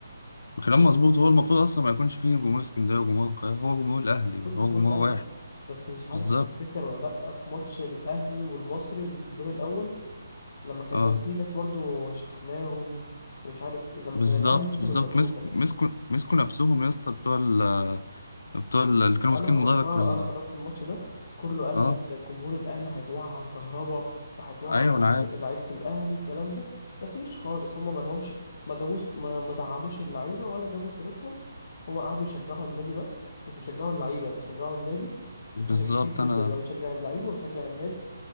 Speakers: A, on the left; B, on the left.
A: الكلام مظبوط هو المفروض اصلا ما يكونش فيه جمهور اسكندريه وجمهور القاهره هو جمهور الاهلي
B: المفروض
A: هو
B: جمهور
A: جمهور
B: الأهلي
A: واحد
B: بس مش عارف
A: بالظبط
B: هتفتكر ولا لأ في ماتش الأهلي والمصري اللي في الدور الأول لما كان
A: اه
B: بقى فيه ناس برضو شحناهم ومش عارف إيه لما
A: بالظبط
B: كان الأهلي خسر
A: بالظبط
B: من باتشوكا
A: مسك مسكوا مسكوا نفسهم يا اسطى بتوع ال بتوع ال- اللي كانوا
B: انا
A: ماسكين
B: حضرتها
A: المدرج في ال
B: انا حضرت الماتش ده كله قال
A: اه
B: لك ده جمهور الاهلي هيتوعد كهربا وهيتوعد
A: ايوه
B: جماهير-
A: انا عارف
B: لعيبه الاهلي الكلام ده مفيش خالص هما ما لهمش ما جابوش ما, ما دعموش اللعيبه ولا جابوا سيرتهم هو قعدوا يشجعوا النادي بس مش مشجعوا اللعيبه بيشجعوا النادي
A: بالظبط
B: بفرق كبير جدا
A: انا
B: انا بشجع اللعيبه وبشجع النادي